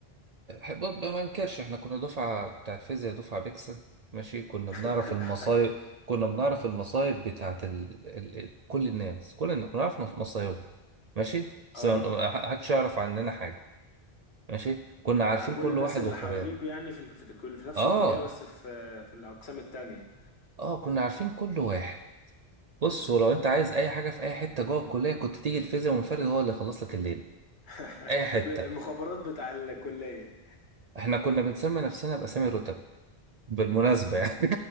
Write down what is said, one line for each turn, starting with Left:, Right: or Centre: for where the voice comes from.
Right: برضه ما انكرش احنا كنا دفعة بتاع فيزياء دفعة بيكسل ماشي كنا
Left: <laughs>
Right: بنعرف المصايب كنا بنعرف المصايب بتاعت ال... ال... ال... كل الناس كل الناس كنا نعرف مصايبهم ماشي بس
Left: اه
Right: ما ح- حدش يعرف عننا حاجة ماشي كنا عارفين
Left: عن كل
Right: كل
Left: الناس
Right: واحد
Left: اللي
Right: وخباله
Left: حواليكوا يعني في ال- في, الكل... في نفس
Right: اه
Left: الكلية بس في في الأقسام التانية
Right: اه كنا عارفين كل واحد بص
Left: مم.
Right: ولو انت عايز اي حاجة في اي حتة جوه الكلية كنت تيجي الفيزياء منفرد هو اللي يخلص لك الليل
Left: <laughs>
Right: اي حتة
Left: المخابرات بتاع الكلية
Right: احنا كنا بنسمي نفسنا باسامي الرتب بالمناسبة يعني